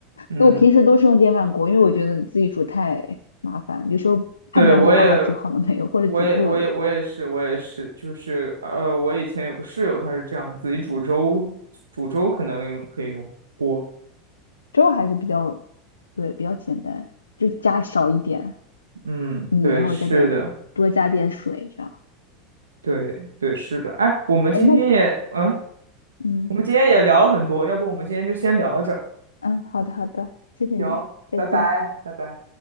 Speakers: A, on the right; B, on the left.
A: 嗯，
B: 那我平时都是用电饭锅，因为我觉得自己煮太麻烦，有时候判断不好它煮好了没有，
A: 对，我也，
B: 或者煮过了。
A: 我也，我也，我也是，我也是，就是呃，我以前有个室友，他是这样自己煮粥，煮粥可能用可以用锅。
B: 粥还是比较，对，比较简单，就加少一点
A: 嗯，
B: 米，
A: 对，
B: 然后加点多加点水这样。
A: 是的。对对，是的。哎，我们今天也，
B: 哎，那
A: 嗯，
B: 嗯
A: 我们今天也聊了很多，要不我们今天就先聊着，
B: 嗯，好的好的，谢谢你，
A: 行，
B: 再见。
A: 拜拜，拜拜。